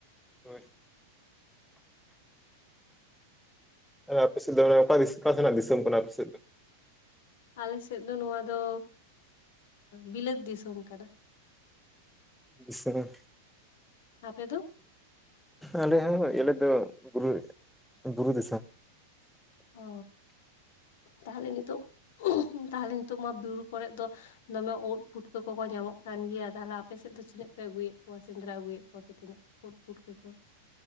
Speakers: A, in the centre; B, on the left (about 70°).
A: ᱦᱳᱭ ᱟᱯᱮ ᱥᱮᱫ ᱫᱟᱬᱟ ᱚᱠᱟ ᱚᱠᱟᱥᱮᱱᱟᱜ ᱫᱤᱥᱚᱢ ᱠᱟᱱᱟ ᱟᱯᱮ ᱥᱮᱫ ᱫᱚ?
B: ᱟᱞᱮᱥᱮᱫ ᱫᱚ ᱱᱚᱣᱟ ᱫᱚ ᱵᱤᱞᱟᱹᱛ ᱫᱤᱥᱚᱢ ᱠᱟᱱᱟ᱾
A: ᱵᱤᱥᱨᱟ
B: ᱟᱯᱮ ᱫᱚ?
A: ᱟᱞᱮ ᱦᱚᱸ ᱟᱞᱮ ᱫᱚ ᱵᱩᱨᱩ ᱵᱩᱨᱩ ᱫᱤᱥᱚᱢ <inaudible>
B: ᱚ ᱛᱟᱦᱚᱞᱮ ᱱᱤᱛᱚᱜ ᱛᱟᱦᱚᱞᱮ ᱱᱤᱛᱚᱜ ᱢᱟ ᱵᱩᱨᱩ ᱠᱚᱨᱮᱫ ᱫᱚ ᱫᱚᱢᱮ ᱳᱫ ᱯᱷᱩᱴᱠᱟᱹ ᱠᱚᱠᱚ ᱧᱟᱢᱚᱜ ᱠᱟᱱ ᱜᱮᱭᱟ᱾ᱛᱟᱦᱚᱞᱮ ᱟᱯᱮᱥᱮᱫ ᱫᱚ ᱛᱤᱱᱟᱹᱜ ᱯᱮ ᱟᱹᱜᱩᱭᱮᱫ ᱠᱚᱣᱟ, ᱥᱮᱸᱫᱽᱨᱟ ᱟᱹᱜᱩᱭᱮᱫ ᱠᱚᱣᱟ ᱯᱮ ᱛᱤᱱᱟᱹᱜ ᱳᱫ ᱯᱷᱩᱴᱠᱟᱹ ᱠᱚ